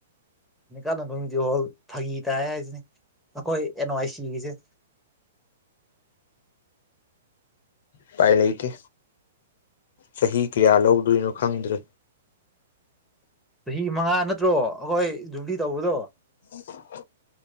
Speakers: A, in the centre; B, on the left.
A: ꯅꯤꯀꯥꯜꯐꯝꯒꯤꯗꯤ ꯍꯣꯜ ꯐꯥꯒꯤ ꯇꯥꯏ ꯍꯥꯏꯁꯤꯅꯦ ꯑꯩꯈꯣꯏ ꯑꯦꯟꯋꯥꯥꯏ ꯁꯤꯈꯤꯁꯦ꯫
B: ꯎꯄꯥꯏ ꯂꯩꯇꯦ ꯆꯍꯤ ꯀꯌꯥ ꯂꯧꯗꯣꯏꯅꯣ ꯈꯪꯗ꯭ꯔꯦ꯫
A: ꯆꯍꯤ ꯃꯉꯥ ꯅꯠꯇ꯭ꯔꯣ ꯑꯩꯈꯣꯏ ꯖꯨꯕ꯭ꯂꯤ ꯇꯧꯕꯗꯣ꯫
B: <inaudible>